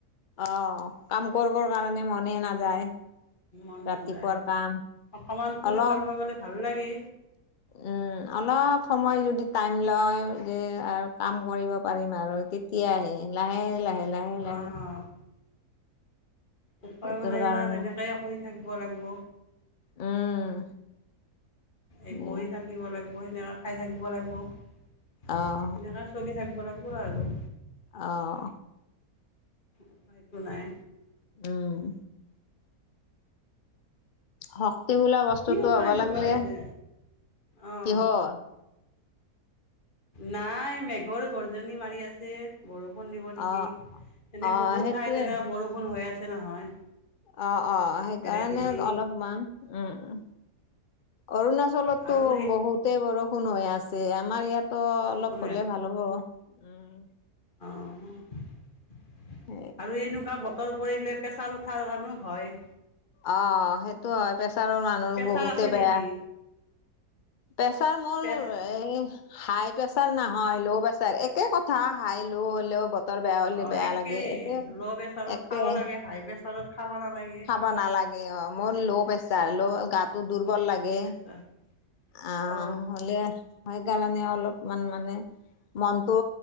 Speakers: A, on the left; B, on the left.
A: অ কাম কৰিবৰ কাৰণে মনে নাযায়।
B: মন
A: ৰাতিপুৱাৰ
B: নাযায়,
A: কাম
B: অকমান খোজ
A: অলপ
B: কাঢ়বা গ'লে ভাল লাগে।
A: উম। অলপ সময় যদি টাইম লয় যে আৰু কাম কৰিব পাৰিম আৰু তেতিয়াহে। লাহে লাহে লাহে লাহে
B: অ' উপায়ও
A: সেইটোৰ
B: নাই
A: কাৰণে
B: না তেনেকে কৰি থাকব লাগব।
A: উম।
B: এই
A: উম,
B: কৰি থাকিব লাগিব সেনেকা খাই থাকিব লাগিব, সেনেকা
A: আহ
B: চলি থাকিব। বনাব নোৱাৰো
A: অহ।
B: উপাইতো নাই।
A: উম শক্তি বোলা বস্তুটো
B: কিয় বা
A: হ'বা
B: এনেকুৱা
A: লাগিলি,
B: হৈছে অঁ
A: কিহৰ?
B: নাই মেঘৰ গৰ্জনী মাৰি আছে। বৰ ষুণ দিব
A: অ
B: নেকি। এনেই
A: অ
B: বহুত
A: সেইটোৱে
B: ঠাইত এনে বৰষুণ হৈ আছে নহয়।
A: অ' অ' সেইকাৰণে
B: ধেৰেকনি
A: অলপমান, উম। অৰুণাচলতো
B: আৰু সেই
A: বহুতে বৰষু ষুন হৈ আছে, আমাৰ ইয়াতো
B: বৰষুণ
A: অলপ হলে ভাল হ'ব। উম।
B: অ আৰু
A: এ
B: এনেকুৱা বত ত কৰিলে প্ৰেছাৰ উঠাৰ কাৰণেও ভয়
A: অ' সেইটো হয় প্ৰেছাৰৰ মানুৰ
B: প্ৰেছাৰ
A: বহুতে
B: আছে
A: বেয়া।
B: নেকি
A: পেছাৰ মোৰ
B: প্ৰেছ
A: এ হাই প্ৰেচাৰ নাহয় ল' প্ৰেছাৰ একে কথা হাই ল' হলেও ব তাৰ বেয়া হ'লে,
B: অ
A: বেয়া
B: একেই
A: লাগে। একে-একে
B: ল' প্ৰেছাৰত খাব লাগে হাই প্ৰেছাৰত খাব নালাগে
A: খাব নালাগে অ', মোৰ ল' প্ৰেচাৰ ল' গাত টো দুৰ্বল লাগে,
B: ল' প্ৰেছাৰ
A: আহ
B: অ
A: হলে সেইকাৰণে অলপ মান মানে মনটো